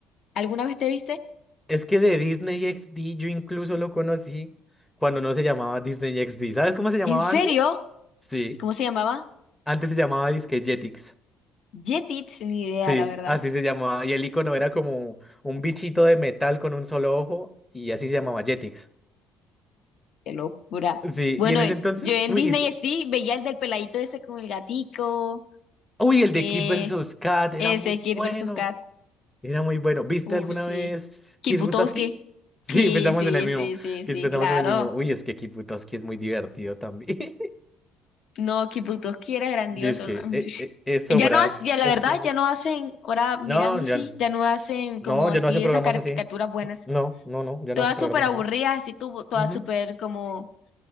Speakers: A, on the left; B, in the centre.
A: ¿alguna vez te viste?
B: Es que de Disney XD yo incluso lo conocí cuando no se llamaba Disney XD. ¿Sabes cómo se llamaba
A: ¿En serio?
B: antes? Sí.
A: ¿Cómo se llamaba?
B: Antes se llamaba disque Jetix.
A: Jetix, ni idea,
B: Sí,
A: la verdad.
B: así se llamaba. Y el icono era como un bichito de metal con un solo ojo y así se llamaba Jetix.
A: Qué locura.
B: Sí,
A: Bueno,
B: y en ese
A: eh,
B: entonces,
A: yo en
B: uy,
A: Disney
B: sí,
A: XD veía el del peladito ese con el gatico.
B: uy, el
A: Eh,
B: de Kid versus Kat era
A: ese
B: muy
A: Kid
B: bueno.
A: versus Kat.
B: Era muy bueno. ¿Viste
A: Uh,
B: alguna
A: sí.
B: vez
A: Kid
B: Kid
A: Butowski.
B: Butowski? Sí,
A: Sí,
B: pensamos
A: sí,
B: en el mismo.
A: sí, sí,
B: Kid-
A: sí,
B: Pensamos
A: claro.
B: en el mismo. Uy, es que Kid Butowski es muy divertido también. <laughs>
A: No, Kid Butowski era grandioso.
B: Dice que
A: ¿no? <laughs>
B: eh, eh, eso,
A: Ya
B: Brad,
A: no, hac- ya la
B: eso.
A: verdad, ya no hacen, ahora mirando
B: No,
A: sí,
B: ya no.
A: ya no hacen
B: No,
A: como
B: ya
A: así
B: no hacen
A: esas
B: programas
A: caricaturas
B: así.
A: buenas.
B: No, no, no, ya
A: Todas
B: no hacen programas
A: súper aburridas,
B: así.
A: así tu- todas
B: Ujú.
A: súper como,